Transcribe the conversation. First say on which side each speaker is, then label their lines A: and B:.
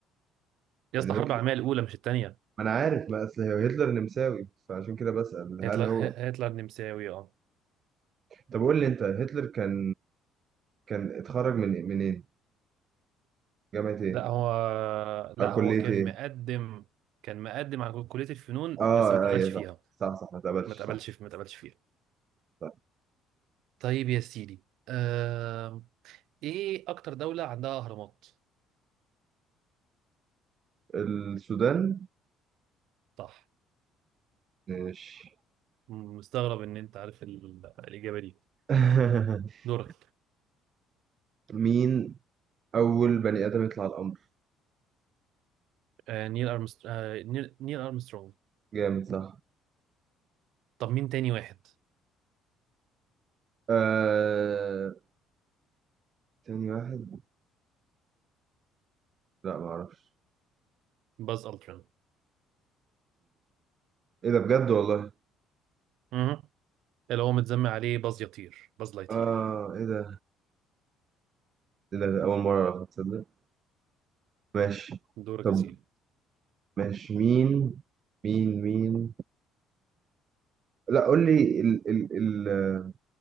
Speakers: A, on the right; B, on the right.
A: يا
B: يعني
A: اسطى الحرب
B: هتلر
A: العالمية الأولى مش الثانية
B: ما انا عارف ما اصل هو هتلر نمساوي فعشان كده بسأل
A: هتلر
B: هل هو
A: هتلر نمساوي اه
B: طب قول لي انت هتلر كان كان اتخرج من إيه؟ منين جامعة ايه
A: لا هو لا
B: او كلية
A: هو كان
B: ايه
A: مقدم كان مقدم على كلية الفنون
B: اه
A: بس ما اتقبلش
B: ايوه
A: فيها
B: صح صح صح ما تقبلش
A: ما اتقبلش
B: صح
A: في ما اتقبلش فيها
B: صح
A: طيب يا سيدي آه... ايه اكتر دولة عندها اهرامات
B: السودان
A: صح
B: ماشي
A: م- مستغرب ان انت عارف ال... الاجابة دي
B: <laughs>
A: دورك
B: مين اول بني ادم يطلع القمر
A: آه... نيل أرمستر... آه... نيل... نيل ارمسترونج
B: جامد صح
A: طب مين تاني واحد
B: آه... تاني واحد لا ما اعرفش
A: باز التران
B: ايه ده بجد والله
A: مهم. اللي هو متسمى عليه باز يطير باز لايتير
B: اه ايه ده ايه ده اول مرة اعرف تصدق ماشي
A: دورك
B: طب
A: يا سيدي
B: ماشي مين مين مين لا قول لي ال ال ال